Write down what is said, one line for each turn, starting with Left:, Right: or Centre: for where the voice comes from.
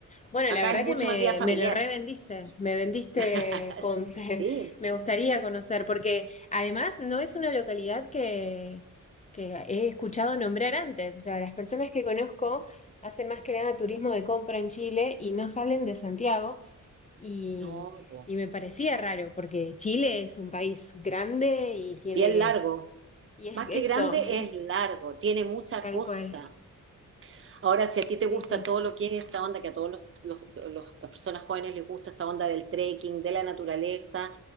Left: Bueno,
Right: Acá
Left: la verdad
Right: es mucho
Left: que me,
Right: más vida familiar.
Left: me lo revendiste, me vendiste
Right: <laughs>
Left: con... se-
Right: Sí,
Left: <laughs> Me gustaría conocer, porque además no es una localidad que, que he escuchado nombrar antes. O sea, las personas que conozco hacen más que nada turismo de compra en Chile y no salen de Santiago. Y,
Right: no, po.
Left: y me parecía raro, porque Chile es un país grande y tiene...
Right: bien largo.
Left: Y es
Right: Más
Left: eso,
Right: que grande
Left: es
Right: es largo, tiene mucha
Left: tal
Right: costa.
Left: cual.
Right: Ahora, si a ti te gusta
Left: Sí, sí.
Right: todo lo que es esta onda, que a todos los, los- los- las personas jóvenes les gusta esta onda del trekking, de la naturaleza,